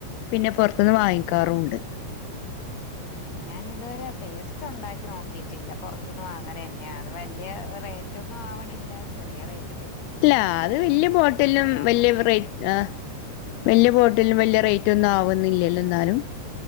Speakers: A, on the left; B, on the left.
A: പിന്നെ പൊറത്തുന്ന് വാങ്ങിക്കാറുമുണ്ട്
B: ഉം ഉ ഞാനിതുവരെ പേസ്റ്റ് ഉണ്ടാക്കി നോക്കിട്ടില്ല പുറത്തുന്ന് വാങ്ങന തന്നെയ അത് വലിയ റേറ്റ് റ്റൊന്നും ആവണില്ല ചെറിയറേറ്റ്
A: ഇല്ല അത് വല്യ ബോട്ടിലിനും
B: ലാഭവൊക്കെ
A: വലയ റേറ്റ്
B: അല്ലേ
A: ആ വലിയ ബോട്ടിലിനും വലിയ റേറ്റ് ഒന്നും ആവുന്നില്ലല്ലോ എന്നാലും